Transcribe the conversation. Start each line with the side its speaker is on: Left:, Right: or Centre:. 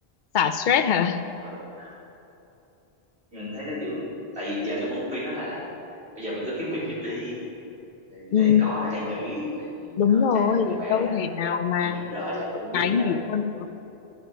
Left: xả stress hả
Right: ừ nhưng mình thấy nó kiểu tại vì giờ tôi cũng khuyên nó là bây giờ mình cứ kiếm việc trước đi thì,
Left: ừ,
Right: thì có là hay nghỉ tại vì
Left: đúng
Right: ừ,
Left: rồi
Right: chắc là nhiều bạn
Left: đâu
Right: làm
Left: thể nào mà
Right: bên HR
Left: được
Right: chắc cũng
Left: một
Right: biết
Left: cái nghỉ
Right: là
Left: luôn được